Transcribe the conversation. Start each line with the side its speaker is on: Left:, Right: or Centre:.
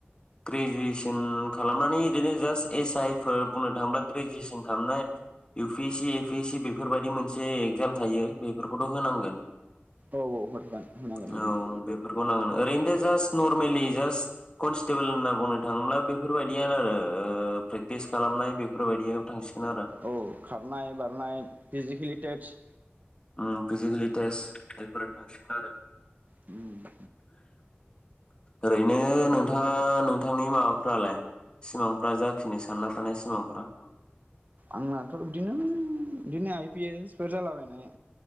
Left: ग्रेजुयेस <unintelligible> खालामनानै इदिनो जास्ट एस- आइ फोर बुंनो थाङोब्ला ग्रेजुवेसन खालामनाय U P- S- C A -P -S -C बेफोरबायदि मोनसे एगजाम थायो बेफोरखौथ' होनांगोन।
Right: औ औ <unintelligible> होनांगोन
Left: औ
Right: ओम ओम।
Left: बेफोरखौ नांगोन ओरैनोथ' जास्ट नरमेलि जास्ट कनस्टेबोल होनना बुंनो थाङोब्ला बेफोरबायदियानो आरो प्रेक्टिस खालामनाय बेफोरबायदियाव थांसिगोन आरो
Right: औ खारनाय बारनाय फिजिकेलि टेच
Left: ओम फिजिकेलि टेस्ट बेफोरो थांसिगोन आरो
Right: उम
Left: ओरैनो नोंथाङा नोंथांनि माबाफ्रालाय सिमांफ्रा जाखिनि सानना थानाय सिमांफ्रा
Right: आंनाथ' बिदिनो बिदिनो आइ पि एसफोर जालाबायनाय